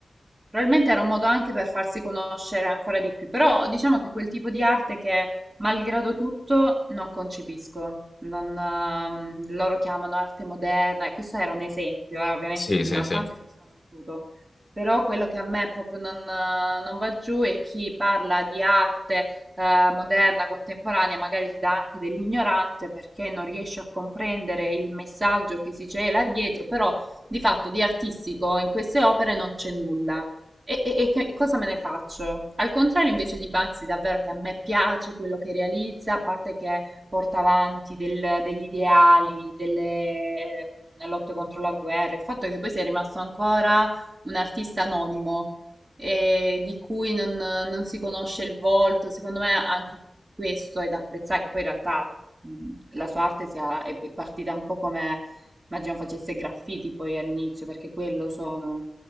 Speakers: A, on the right; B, on the left.
A: Probabilmente era un modo anche per farsi conoscere ancora di più, però diciamo che quel tipo di arte che, malgrado tutto, non concepisco. Non, ehm, loro chiamano arte moderna, e questo era un esempio, eh, ovviamente
B: sì,
A: il più
B: sì,
A: lampante
B: sì.
A: e più conosciuto. Però quello che a me proprio non, eh, non va giù è chi parla di arte, eh, moderna, contemporanea, magari ti dà anche dell'ignorante perché non riesce a comprendere il messaggio che si cela dietro, però di fatto di artistico in queste opere non c'è nulla. E, e- e che- cosa me ne faccio? Al contrario invece di Banksy, davvero che a me piace quello che realizza, a parte che porta avanti del- degli ideali, delle eh, lotte contro la guerra, il fatto è che poi sia rimasto ancora un artista anonimo, eh, di cui non, non si conosce il volto, secondo me anche questo è da apprezzare, che poi in realtà mh, la sua arte sia- è è partita un po' come, immagino facesse graffiti poi all'inizio, perché quello sono.